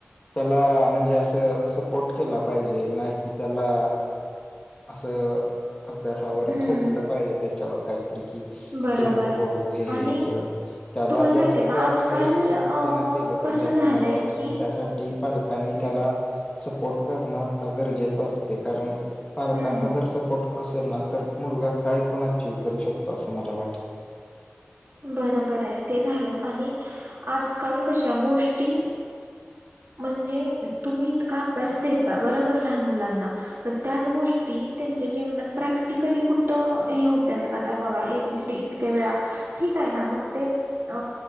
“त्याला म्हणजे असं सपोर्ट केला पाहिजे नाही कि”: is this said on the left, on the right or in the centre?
Left